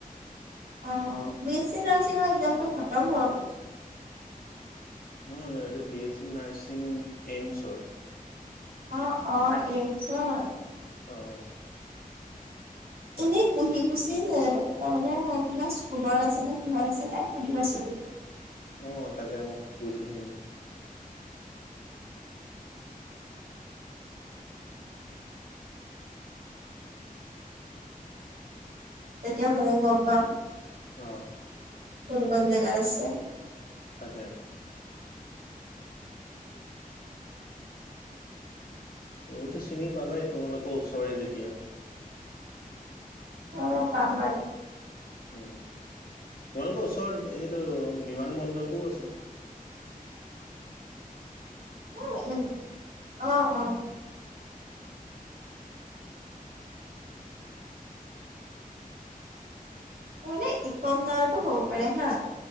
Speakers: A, on the right; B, on the left.
A: অ বি এছ চি নাৰ্ছিঙৰ এক্জামটো খতম হ'ল।
B: নহয় নহয় এইটো বি এছ চি নাৰ্ছিংৰ এইমছৰ,
A: অ অ,, এইম চৰ!
B: অঁ।
A: তুমি কুহি-পুছি তাৰমানে কিবা স্কুলত আছে নে কিহত আছে তাই সুধিবাচোন?
B: অ তাকে মোক সুধিম।
A: তেতিয়া ময়ো গম পাম।
B: অ।
A: কোন কোন জেগাত আছে?
B: তাকে, তুমিতো চিনি পাবাই তোমালোকৰ ওচৰে যেতিয়া
A: অ পাম পাম।
B: ওম তোমালোকৰ ওচৰত সেইটো বিমান বন্দৰটোও আছে।
A: উ উ অহ অহ। মানে ইকম তাৱাৰতো হ'ব পাৰে হা।